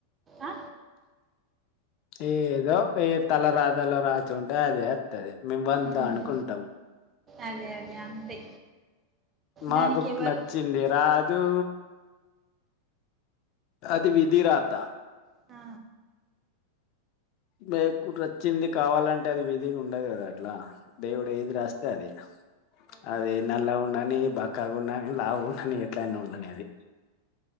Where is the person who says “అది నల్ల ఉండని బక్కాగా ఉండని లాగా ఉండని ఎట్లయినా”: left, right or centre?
Left